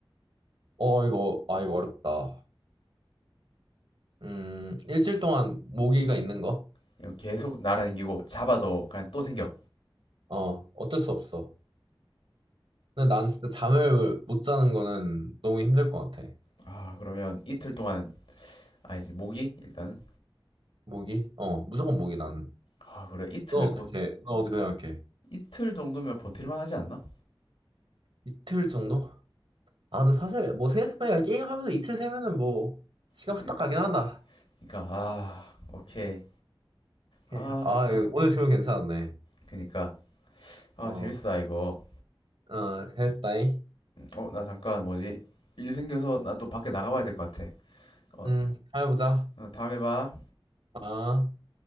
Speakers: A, on the right; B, on the left.
A: 어, 이거, 아, 이거 어렵다. 음, 일주일 동안 모기가 있는 거?
B: 그냥 계속 날아다니고 잡아도 그냥 또 생겨.
A: 어, 어쩔 수 없어. 근데 난 진짜 잠을 못 자는 거는 너무 힘들 것 같아.
B: 아, 그러면 이틀 동안, 아니지, 모기? 일단은.
A: 모기? 어, 무조건 모기 나는.
B: 아, 그래. 이틀
A: 너 어떻게,
B: 보,
A: 너 어떻게 생각해?
B: 이틀 정도면 버틸만 하지 않나?
A: 이틀 정도? 아, 근데 사실 뭐 생각해보니까 게임하면서 이틀 세면은 뭐 시간
B: 그니-
A: 후딱 가긴
B: 러
A: 한다.
B: 니까 아 오케이
A: 오케이.
B: 아
A: 아, 이거 오늘 질문 괜찮았네.
B: 그러니까 아
A: 어,
B: 재밌다 이거
A: 어, 됐다잉.
B: 어 나 잠깐 뭐지 일 생겨서 나 또 밖에 나가봐야 될 것 같아 어,
A: 음, 잘해보자.
B: 어 다음에 봐
A: 아.